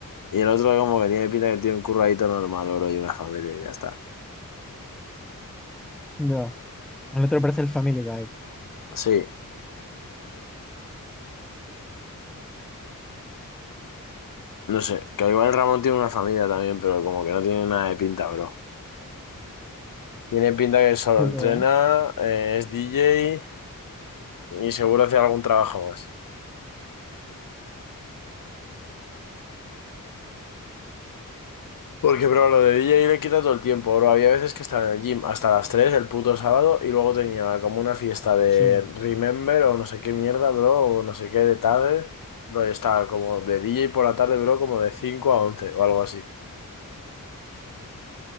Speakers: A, on the left; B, in the centre.
A: Y el otro como que tiene pinta que tiene un curradito normal, bro, y una familia y ya está.
B: ya. Al otro parece el Family Guy.
A: Sí, no sé, que igual el Ramón tiene una familia también, pero como que no tiene nada de pinta, bro. Tiene pinta que solo
B: Pero,
A: entrena,
B: ¿eh?
A: eh, es DJ y seguro hace algún trabajo más. Porque, bro, lo de DJ le quita todo el tiempo, bro. Había veces que estaba en el gym hasta las 3 el puto sábado y luego tenía como una fiesta de
B: Sí.
A: Remember o no sé qué mierda, bro, o no sé qué de tarde. Bro, y estaba como de DJ por la tarde, bro, como de 5 a 11 o algo así.